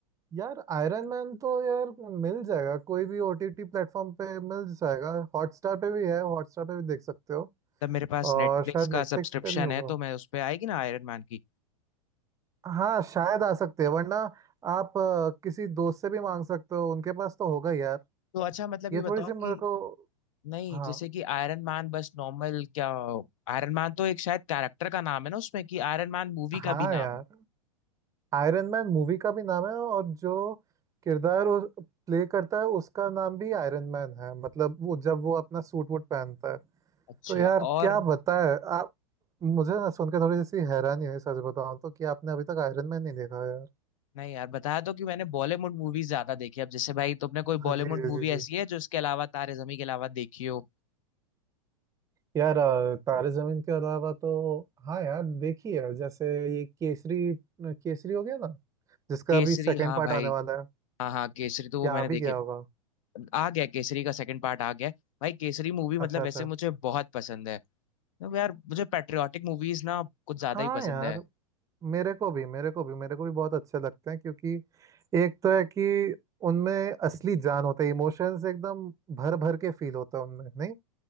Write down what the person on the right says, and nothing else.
यार आयरन मैन तो यार मिल जाएगा कोई भी ओटीटी प्लेटफॉर्म पे मिल जाएगा हॉटस्टार पे भी है हॉटस्टार पे भी देख सकते हो
और
शायद
नेटफ्लिक्स
पे भी होगा
हाँ शायद आ सकते हैं वरना आप अ, किसी दोस्त से भी मांग सकते हो उनके पास तो होगा यार
ये
थोड़ी सी मेरे
को
हाँ
हाँ
यार
आयरन मैन मूवी का भी नाम है और जो किरदार वो प्ले करता है उसका नाम भी आयरन मैन है मतलब वो जब वो अपना सूट वूट पहनता है
तो यार
क्या बताए आप मुझे ना सुनकर थोड़ी सी हैरानी हुई सच बताऊं तो कि आपने अभी तक आयरन मैन नहीं देखा यार
हाँ
जी जी
जी
जी
यार अ, तारे जमीन के अलावा तो हाँ यार देखी है जैसे ये केसरी केसरी हो गया ना जिसका
अभी सेकंड
पार्ट
आने वाला है
या
आ
भी गया होगा
अच्छा
अच्छा
हाँ
यार
मेरे को भी मेरे को भी मेरे को भी बहुत अच्छे लगते हैं क्योंकि एक तो है कि उनमें असली जान होता है इमोशंस एकदम भर भर के फील होता है उनमें नहीं